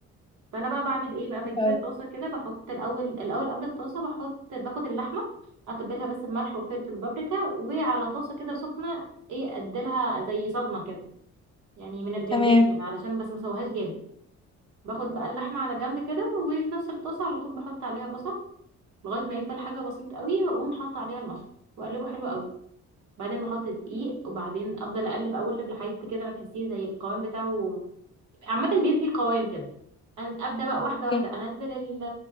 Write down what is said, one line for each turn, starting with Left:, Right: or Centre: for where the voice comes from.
Right: فانا بقى بعمل ايه
Left: حلو
Right: بقى بجيب
Left: قوي
Right: الطاسه كده بحط الاول الاول قبل الطاسه بحط باخد اللحمه اتبلها بس بملح وفلفل وبابريكا وعلى طاسه كده سخنه ايه اديلها زي صدمه كده يعني من الجنبين
Left: تمام
Right: كده علشان بس ما اسويهاش جامد باخد بقى اللحمه على جنب كده وفي نفس الطاسه على طول بحط عليها بصل لغايه ما يدبل حاجه بسيط قوي واقوم حاطه عليها المشروم واقلبه حلو قوي بعدين بحط دقيق وبعدين افضل اقلب اقلب لحد كده ما تحسيه زي القوام بتاعه عامة بيدي قوام كده أن- ابدا بقى واحدة
Left: اوكي
Right: واحدة انزل ال-